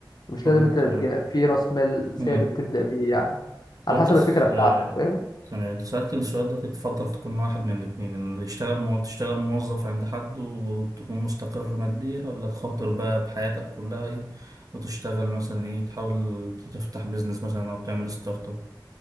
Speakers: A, on the left (about 55°); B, on the right (about 50°).
A: مش
B: طب
A: لازم
B: انت
A: انت تبقى في راس مال ثابت
B: امم
A: تبدأ بيه يعني على
B: لو انت
A: حسب
B: س...
A: الفكرة بتاعتك
B: آه،
A: فاهم
B: كان انت سألتني السؤال ده تفضل تكون واحد من الاتنين ان اللي يشتغل مو... تشتغل موظف عند حد وتكون مستقر ماديا ولا تخاطر بقى بحياتك كلها ايه وتشتغل مثلا ايه تحاول تفتح بيزنس مثلا او تعمل ستارت اب